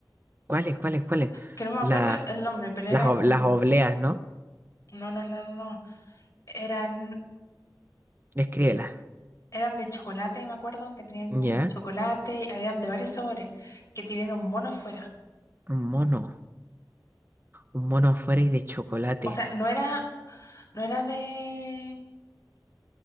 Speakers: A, on the right; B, on the left.
A: ¿Cuáles, cuáles, cuáles?
B: que no me acuerdo
A: La,
B: el el nombre, pero
A: las,
B: era
A: ob-
B: como...
A: las obleas, ¿no?
B: No, no, no, no, no. Eran,
A: Escríbelas.
B: eran de chocolate, me acuerdo, que tenían como
A: Ya,
B: chocolate, habían de varios sabores, que tienen un mono afuera.
A: un mono. Un mono afuera y de chocolate.
B: O sea, no era, no era de...